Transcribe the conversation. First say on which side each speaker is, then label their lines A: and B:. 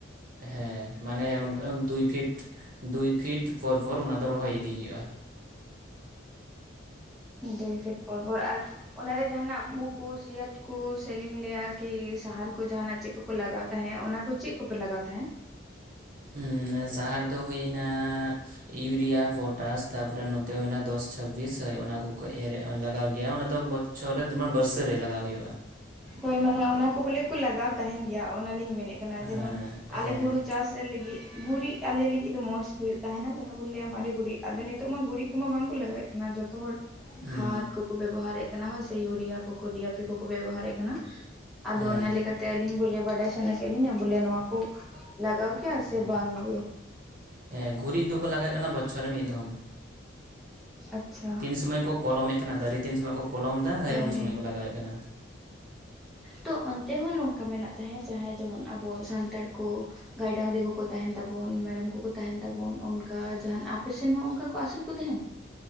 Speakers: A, on the right; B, in the centre.
A: ᱦᱮᱸ ᱢᱟᱱᱮ ᱫᱩᱭ ᱯᱷᱤᱴ ᱫᱩᱭ ᱯᱷᱤᱴ ᱯᱚᱨᱯᱚᱨ ᱚᱱᱟ ᱫᱚ ᱨᱚᱦᱚᱭ ᱤᱫᱤ ᱦᱩᱭᱩᱜ-ᱟ ᱾
B: ᱫᱩᱭ ᱯᱷᱤᱴ ᱯᱚᱨᱯᱚᱨ ᱟᱨ ᱚᱱᱟᱨᱮ ᱡᱟᱦᱱᱟᱜ ᱯᱩ ᱠᱚ ᱥᱤᱭᱟᱹᱛ ᱠᱩ ᱥᱮᱞᱤᱧ ᱞᱮᱭᱟ ᱠᱤ ᱥᱟᱦᱟᱨ ᱠᱚ ᱡᱟᱦᱟᱸᱱᱟᱜ ᱪᱮᱫ ᱠᱚ ᱠᱚ ᱠᱚ ᱞᱟᱜᱟᱣ ᱛᱟᱦᱮᱸ ᱚᱱᱟ ᱠᱚ ᱪᱮᱫ ᱠᱚᱯᱮ ᱞᱟᱜᱟᱣ ᱛᱟᱦᱮᱸᱫ?
A: ᱩᱸ ᱥᱟᱦᱟᱨ ᱫᱚ ᱦᱩᱭᱱᱟ ᱤᱭᱩᱨᱤᱭᱟ, ᱯᱚᱴᱟᱥ ᱛᱟᱯᱚᱨᱮ ᱱᱚᱛᱮ ᱦᱩᱭᱱᱟ ᱫᱚᱥ ᱪᱷᱟᱵᱵᱤᱥ ᱦᱳᱭ ᱚᱱᱟ ᱠᱚ ᱠᱚ ᱮᱨᱮᱜ-ᱟ ᱞᱟᱜᱟᱣ ᱜᱮᱭᱟ ᱚᱱᱟ ᱫᱚ ᱵᱚᱪᱷᱚᱨ ᱨᱮ ᱡᱮᱢᱚᱱ ᱵᱟᱹᱨᱥᱟᱹ ᱨᱮ ᱞᱟᱜᱟᱣ ᱦᱩᱭᱩᱜ-ᱟ ᱾
B: ᱦᱳᱭ ᱢᱟᱱᱮ ᱚᱱᱟ ᱠᱚ ᱵᱚᱞᱮ ᱠᱚ ᱞᱟᱜᱟᱣ ᱛᱟᱦᱮᱱ ᱜᱮᱭᱟ ᱚᱱᱟᱞᱤᱧ ᱢᱮᱱᱮᱫ ᱠᱟᱱᱟ
A: ᱦᱮᱸ
B: ᱡᱮᱢᱚᱱ ᱟᱞᱮ
A: ᱦᱮᱸ
B: ᱦᱩᱲᱩ ᱪᱟᱥ ᱨᱮ ᱞᱟᱹᱜᱤᱫ ᱜᱩᱨᱤᱡ ᱟᱞᱮ ᱞᱟᱹᱜᱤᱫ ᱫᱚ ᱢᱚᱸᱡᱽ ᱦᱩᱭᱩᱜ ᱛᱟᱦᱮᱱᱟ ᱡᱟᱦᱟᱸ ᱵᱚᱱ ᱞᱟᱹᱭᱟ ᱢᱟᱨᱮ ᱜᱩᱨᱤᱡ ᱟᱫᱚ ᱱᱤᱛᱚᱜ ᱢᱟ ᱜᱩᱨᱤᱡ ᱠᱚᱢᱟ ᱵᱟᱝᱠᱚ ᱞᱟᱜᱟᱣᱮᱫ ᱠᱟᱱᱟ ᱡᱚᱛᱚ ᱦᱚᱲ
A: ᱦᱩᱸ
B: ᱥᱟᱦᱟᱨ ᱠᱚ ᱠᱚ ᱵᱮᱵᱚᱦᱟᱨᱮᱫ ᱠᱟᱱᱟ ᱤᱭᱩᱨᱤᱭᱟ ᱠᱚ ᱠᱚ ᱰᱤ ᱮ ᱯᱤ ᱠᱚ ᱠᱚ ᱵᱮᱵᱚᱦᱟᱨᱮᱫ ᱠᱟᱱᱟ ᱟᱫᱚ
A: ᱦᱮᱸ
B: ᱚᱱᱟ ᱞᱮᱠᱟ ᱛᱮ ᱟᱹᱞᱤᱧ ᱵᱚᱞᱮ ᱵᱟᱰᱟᱭ ᱥᱟᱱᱟ ᱠᱮᱫ ᱞᱤᱧᱟᱹ ᱵᱚᱞᱮ ᱱᱚᱣᱟ ᱠᱚ ᱞᱟᱜᱟᱣ ᱠᱮᱭᱟ ᱥᱮ ᱵᱟᱝ ᱜᱮ?
A: ᱦᱮᱸ ᱜᱩᱨᱤᱡ ᱫᱚᱠᱚ ᱞᱟᱜᱟᱜ ᱠᱟᱱᱟ ᱵᱚᱪᱷᱚᱨ ᱨᱮ ᱢᱤᱫ ᱫᱷᱚᱢ ᱾
B: ᱟᱪᱪᱷᱟ
A: ᱛᱤᱱ ᱥᱚᱢᱚᱭ ᱠᱚ ᱠᱚᱞᱚᱢᱮᱫ ᱠᱟᱱᱟ ᱫᱟᱨᱮ ᱛᱤᱱ ᱥᱚᱢᱚᱭ ᱠᱚ ᱠᱚᱞᱚᱢ ᱫᱟᱨᱮ ᱦᱟᱹᱭ
B: ᱦᱳᱭ
A: ᱩᱱ ᱥᱚᱢᱚᱭ ᱠᱚ ᱞᱟᱜᱟᱣᱮᱫ ᱠᱟᱱᱟ ᱾
B: ᱛᱚ ᱚᱱᱛᱮ ᱦᱚᱸ ᱱᱚᱝᱠᱟ ᱢᱮᱱᱟᱜ ᱛᱟᱦᱮᱸᱫ ᱡᱟᱦᱟᱸᱭ ᱡᱮᱢᱚᱱ ᱟᱵᱚ ᱥᱟᱱᱛᱟᱲ ᱠᱚ ᱜᱟᱹᱭ ᱰᱟᱝᱨᱤ ᱠᱚᱠᱚ ᱛᱟᱦᱮᱱ ᱛᱟᱵᱚᱱ ᱢᱮᱨᱚᱢ ᱠᱚᱠᱚ ᱛᱟᱦᱮᱱ ᱛᱟᱵᱚᱱ ᱚᱱᱠᱟ ᱡᱟᱦᱟᱱ ᱟᱯᱮ ᱥᱮᱱ ᱦᱚᱸ ᱚᱱᱠᱟ ᱠᱚ ᱟᱹᱥᱩᱞ ᱠᱚ ᱛᱟᱦᱮᱱ?